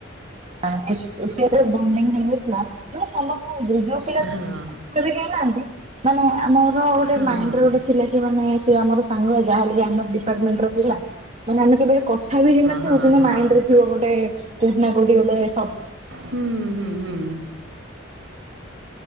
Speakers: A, on the right; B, on the right.
A: <unintelligible> ବଣ୍ଡିଙ୍ଗ ହେଇଯାଇଥିଲା, ମାନେ ସମସ୍ତଙ୍କ ଭିତରେ ଯୋଉ
B: ହଁ।
A: କେବେ କେହିନାହାନ୍ତି ମାନେ ଆମର ଗୋଟେ
B: ହଁ
A: ମାଇଣ୍ଡରେ
B: ହଁ
A: ଗୋଟେ ଥିଲା କି କି ମାନେ ସେ ଆମର ସାଙ୍ଗ। ଯାହାହେଲେ ବି ଆମ ଡିପାର୍ଟମେଣ୍ଟ ର ପିଲା, ମାନେ ଆମେ କେବେ କ କଥା ବି ହେଇନଥିବୁ
B: ହଁ
A: କିନ୍ତୁ
B: ହଁ
A: ମାଇଣ୍ଡରେ ଥିବ ଗୋଟେ କୋଉଠି ନା କୋଉଠି ଗୋଟେ ସ
B: ହୁଁ ହୁଁ ହୁଁ।